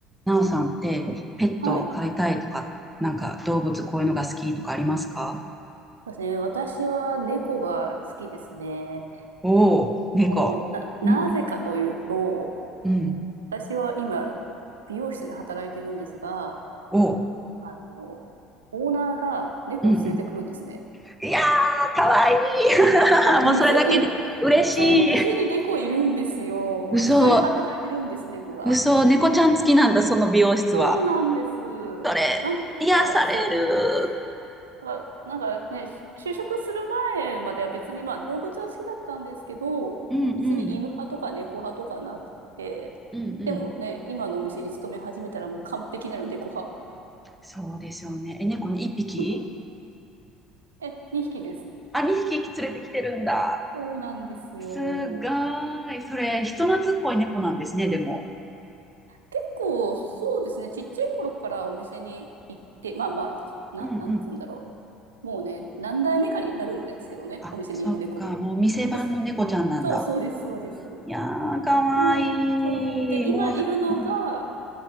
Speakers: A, in the centre; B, on the right.
A: なおさんってペットを飼いたいとか、
B: はい。
A: なんか動物こういうのが好きとかありますか
B: そうですね。私は猫が好きですね。
A: おお、猫。
B: もう、な、なぜかというと、
A: うんうん。うん
B: 私は今、美容室で働いてるんですが、
A: おう。
B: あの、オーナーが猫を連れてくるんですね。
A: うんうん。いやー、かわいい。<laughs>
B: <laughs>
A: もうそれだけで嬉しい。
B: 店に、そう、店に猫いるんですよ。
A: 嘘、
B: 一緒に働いてるんです、猫が。
A: 嘘、猫ちゃん好きなんだ、その美容室は。
B: そうなんです。
A: それ、
B: なんか、
A: 癒される。
B: そう。だからなんかね、就職する前までは別にまあ動物は好きだったんですけど、
A: うんうん
B: 別に犬派とか猫派とかなくて、
A: うんうん。
B: でもね、今のお店に勤め始めたらもう完璧なる猫派。
A: そうですよね。え、猫に一匹
B: <laughs> え、2匹です。
A: あ、2匹連れてきてるんだ。
B: そうなんですよ。
A: すごーい。それ、人懐っこい猫なんですね、でも。
B: 結構そうですね、ちっちゃい頃からお店に行って、まあまあ、な、
A: うんうん。
B: なんつうんだろう。もうね、何代目かになるんですけどね、
A: あ、
B: お店にいる猫も。
A: そっか、もう店番の猫ちゃんなんだ。
B: そうです。そう、そうです、そうです。
A: いやー、かわいい。
B: うん、そう。で、
A: もう、
B: 今いるのが、
A: うん